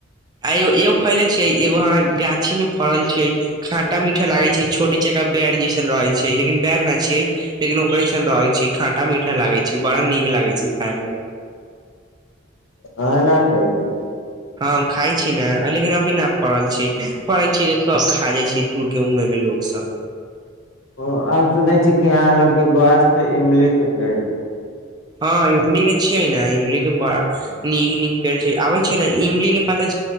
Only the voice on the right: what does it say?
आगो एगो कैले छ एगो हमरा गाछी में फड़ल छै खाटा मीठा लागे छै छोटी चक बैर जैसन रहै छै लेकिन बैर न छैियै लेकिन ओकर जैसन रहै छै खाटा मीठा लागे छै बड़ा न ठीक लागै छै खायमे
आम खाइ छी न लेकिन अभी न फड़ल छै फड़ल छी त सब खा जाइ छै तुर के उहे के लोको सब
हँ इमली के छियै ने इमली के बड़ा नीक नीक पेड़ छै आबै छै ने इमली के पता